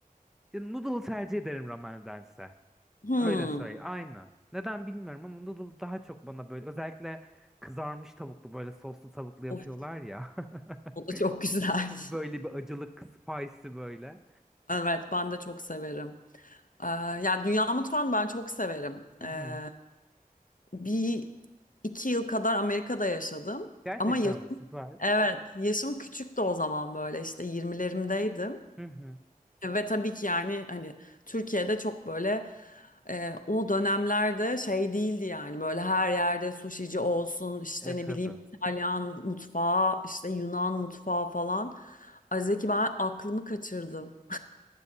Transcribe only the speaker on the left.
Hmm.
Of,
o da çok
güzel.
<laughs>
Evet, ben de çok severim. Ee, yani dünya mutfağını ben çok severim.
Ee,
bir iki yıl kadar Amerika'da yaşadım.
Ama yaş-
evet, yaşım küçüktü o zaman böyle işte 20'lerimdeydim.
Ve tabii ki yani hani Türkiye'de çok böyle Ee, o dönemlerde şey değildi yani böyle her yerde suşici olsun işte
ne
bileyim İtalyan mutfağı işte Yunan mutfağı falan. Ay Zeki ben aklımı kaçırdım.